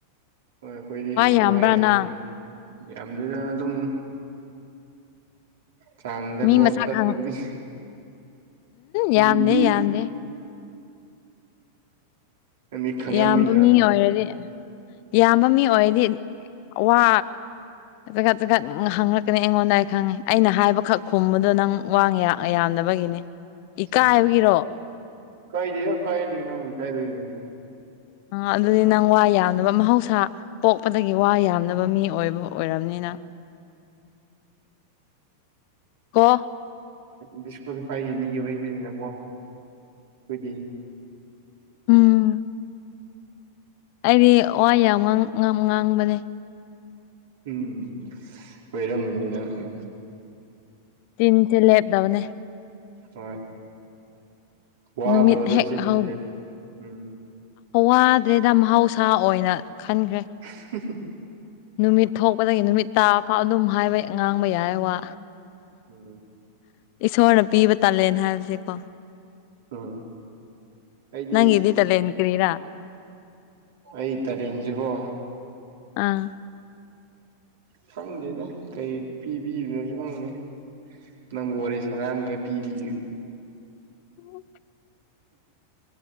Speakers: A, on the right; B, on the left.
A: ꯍꯣꯏ ꯑꯩꯈꯣꯏꯗꯤ
B: ꯌꯥꯝꯕ꯭ꯔꯥ
A: ꯋꯥꯏꯑꯦ
B: ꯅꯪ
A: ꯎꯝ ꯌꯥꯝꯗꯦꯗ ꯑꯗꯨꯝ ꯆꯥꯡꯗ
B: ꯃꯤ
A: ꯀꯣꯞ
B: ꯃꯁꯛ
A: ꯆꯠꯄ
B: ꯈꯪ
A: ꯃꯤ
B: ꯌꯥꯝꯗꯦ
A: ꯎꯝ ꯃꯤ
B: ꯌꯥꯝꯗꯦ
A: ꯃꯤ ꯈꯪꯉꯝꯃꯤꯅ
B: ꯏꯌꯥꯝꯕ ꯃꯤ ꯑꯣꯏꯔꯗꯤ ꯏꯌꯥꯝꯕ ꯃꯤ ꯑꯣꯏꯔꯗꯤ ꯋꯥ ꯑꯗꯨꯀꯠ ꯇꯠ ꯍꯪꯂꯛꯀꯅꯤ ꯑꯩꯉꯣꯟꯗ ꯑꯩ ꯈꯪꯉꯦ ꯑꯩꯅ ꯍꯥꯏꯕꯈꯛ ꯈꯨꯝꯕꯗꯣ ꯅꯪ ꯋꯥꯡꯉꯦꯔ ꯌꯥꯝꯗꯕꯒꯤꯅꯦ ꯏꯀꯥꯏꯕꯒꯤꯔꯣ
A: ꯎꯝ ꯀꯥꯏꯗꯦꯍꯩ ꯀꯥꯏꯗ ꯅꯪꯕꯨ ꯏꯀꯥꯏꯗꯣꯏꯔꯅꯦ
B: ꯑ ꯑꯗꯨꯗꯤ ꯅꯪ ꯋꯥ ꯌꯥꯝꯅꯕ ꯃꯍꯧꯁꯥ ꯄꯣꯛꯄꯗꯒꯤ ꯋꯥ ꯌꯥꯝꯗꯕ ꯃꯤ ꯑꯣꯏꯕ ꯑꯣꯏꯔꯝꯅꯤ ꯅꯪ ꯀꯣ
A: ꯗꯤꯁꯀ꯭ꯋꯥꯂꯤꯐꯥꯏꯒꯤ ꯃꯤ ꯑꯣꯏꯕꯅꯤꯅꯀꯣ ꯍꯥꯏꯕꯗꯤ
B: ꯎꯝ ꯑꯩꯗꯤ ꯋꯥ ꯌꯥꯝ ꯉꯥꯡꯕꯅꯦ
A: ꯎꯝ ꯀꯣꯏꯔꯝꯅꯤ ꯅꯪ ꯎꯝ
B: ꯇꯤꯟꯊꯤ ꯂꯦꯞꯅꯕꯅꯦ
A: ꯍꯣꯏ ꯋꯥ
B: ꯅꯨꯃꯤꯠ
A: ꯑꯗꯨ꯭ꯔꯣ ꯑꯗꯨꯗꯣ
B: ꯍꯦꯛ
A: ꯆꯤꯟꯖꯗ꯭ꯔꯦꯣ
B: ꯍꯧ
A: ꯎꯝ
B: ꯋꯥꯗ꯭ꯔꯦꯗ ꯃꯍꯧꯁꯥ ꯑꯣꯏꯅ ꯈꯟꯈ꯭ꯔꯦ
A: <unintelligible>
B: ꯅꯨꯃꯤꯠ ꯊꯣꯛꯄꯗꯒꯤ ꯅꯨꯃꯤꯠ ꯇꯥ ꯐꯥꯎ ꯑꯗꯨꯝ ꯍꯥꯏꯕ ꯉꯥꯡꯕ ꯌꯥꯏꯌꯦ ꯋꯥ
A: ꯎꯝ
B: ꯏꯁꯣꯔꯅ ꯄꯤꯕ ꯇꯥꯂꯦꯟ ꯍꯥꯏꯕꯁꯦꯀꯣ
A: ꯎꯝ ꯑꯩꯗꯤ
B: ꯅꯪꯒꯤꯗꯤ ꯇꯥꯜꯂꯦ ꯌꯦꯟ ꯀ꯭ꯔꯔꯤꯔꯥ
A: ꯑꯩ ꯇꯔꯦꯡ ꯖꯤꯉꯣ
B: ꯑꯥ
A: ꯈꯪꯗꯦꯗ ꯀꯩ ꯄꯤꯕꯤꯕꯅꯣꯁꯨ ꯈꯪꯗꯦ ꯅꯪꯕꯨ ꯋꯥꯔꯤ ꯁꯅꯅꯤꯡꯉ ꯄꯤꯕꯤ
B: <unintelligible>